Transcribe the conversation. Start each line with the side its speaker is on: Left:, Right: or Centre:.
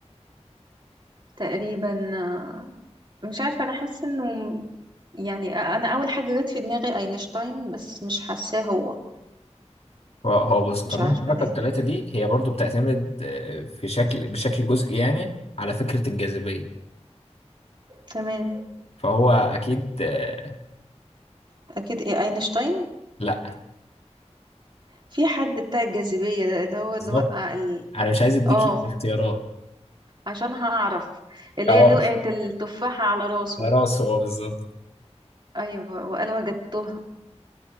Right: تقريبا آه، مش عارفة انا حاسة انه يعني انا اول حاجة جت في دماغي اينشتاين بس مش حاساه هو
Left: هو هو بص قانون
Right: مش عارفة
Left: الطبقة
Right: ليه
Left: الثلاثة دي هي برضو بتعتمد آه، في شكل بشكل جزئي يعني على فكرة الجاذبية
Right: تمام
Left: فهو أكيد آه،
Right: اكيد ايه اينشتاين
Left: لأ
Right: في حد بتاع الجاذبية ده اللي هو اللي
Left: بالظبط
Right: وقع ال...
Left: أنا مش عايز أديكي
Right: اه
Left: اختيارات
Right: عشان هعرف اللي
Left: أه
Right: هي اللي وقعت التفاحة على راسه
Left: خلاص هو بالظبط
Right: ايوه وقال وجدتها